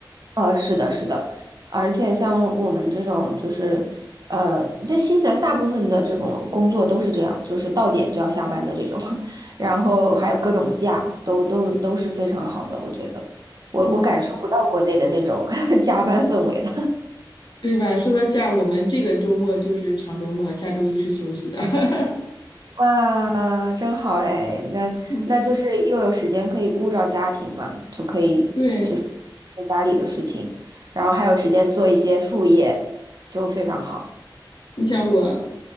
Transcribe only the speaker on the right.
呃，是的，是的，而且像我们这种，就是，呃，这新西兰大部分的这种工作都是这样，就是到点就要下班的这种，<laughs> 然后还有各种假，都都都是非常好的，我觉得，我我感受不到国内的那种
<laughs> 加班氛围了。
哇，真好哎，那那就是又有时间可以顾照家庭嘛，
就可以就是
做家里的事情，然后还有时间做一些副业，就非常好。
嗯。